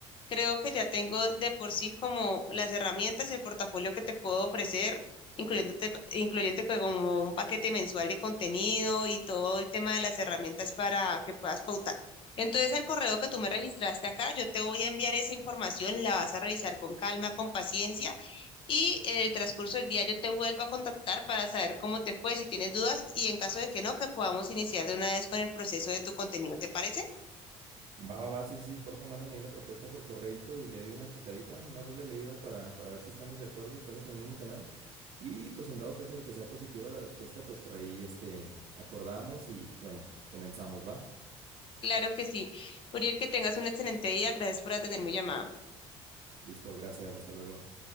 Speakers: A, on the left (about 45°); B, on the right (about 55°).
A: creo que ya tengo de por sí como las herramientas y el portafolio que te puedo ofrecer, incluyéndote, incluyente que como un paquete mensual de contenido y todo el tema de las herramientas para que puedas pautar. Entonces, al correo que tú me registraste acá, yo te voy a enviar esa información, la vas a revisar con calma, con paciencia y en el transcurso del día yo te vuelvo a contactar para saber cómo te fue, si tienes dudas y en caso de que no, que podamos iniciar de una vez con el proceso de tu contenido. ¿Te parece?
B: Va, va, va, sí, sí, sí, porfa, mándame ahí la propuesta por correo y le doy una checadita, una doble leída para, para ver si estamos de acuerdo, estamos en el mismo canal. Y pues en dado caso de que sea positiva la respuesta, pues por ahí este, acordamos y bueno, comenzamos, ¿va?
A: Claro que sí. Uriel, que tengas un excelente día. Gracias por atender mi llamada.
B: Listo, gracias, hasta luego.